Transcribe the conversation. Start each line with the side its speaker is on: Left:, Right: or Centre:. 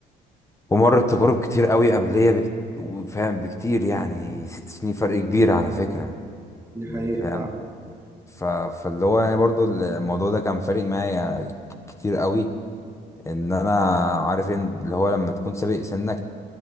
Left: ومر بتجارب كتير قوي قبليه بكت... فاهم بكتير يعني ست سنين فرق كبير على فكرة
Right: دي حقيقة
Left: يعني فاهم
Right: فعلا
Left: ف... فاللي هو يعني برضو الموضوع ده كان فارق معايا ك- كتير قوي ان انا عارف ان اللي هو لما تكون سابق سنك